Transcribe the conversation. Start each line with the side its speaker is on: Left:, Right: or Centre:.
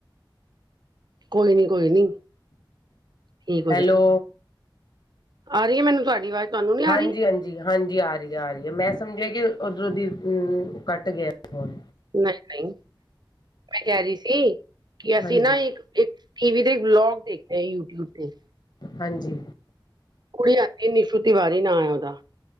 Right: ਕੋਈ ਨੀ ਕੋਈ ਨੀ ਠੀਕ ਹੋ
Left: ਹੈਲੋ
Right: ਜਾਏ। ਆ ਰਹੀ ਹੈ ਮੈਨੂੰ ਤੁਹਾਡੀ ਆਵਾਜ਼। ਤੁਹਾਨੂੰ ਨੀ ਆ
Left: ਹਾਂਜੀ
Right: ਰਹੀ
Left: ਹਾਂਜੀ। ਹਾਂਜੀ ਆ ਰਹੀ ਆ ਰਹੀ ਹੈ ਮੈਂ ਸਮਝਿਆ ਕਿ ਉਧਰੋਂ ਦੀ ਕੱਟ ਗਿਆ ਫੋਨ।
Right: ਨਹੀਂ -ਨਹੀਂ ਮੈਂ ਕਹਿ ਰਹੀ ਸੀ ਕਿ ਅਸੀਂ
Left: ਹਾਂਜੀ
Right: ਨਾ ਇੱਕ ਇੱਕ ਟੀ ਵੀ ਤੇ ਇੱਕ ਬਲੋਗ ਦੇਖਦੇ ਹੈ ਯੂਟਿਊਬ ਤੇ
Left: ਹਾਂਜੀ
Right: ਕੁੜੀ ਆਂਦੀ ਨਿਸ਼ੂ ਤਿਵਾਰੀ ਨਾ ਆ ਉਹਦਾ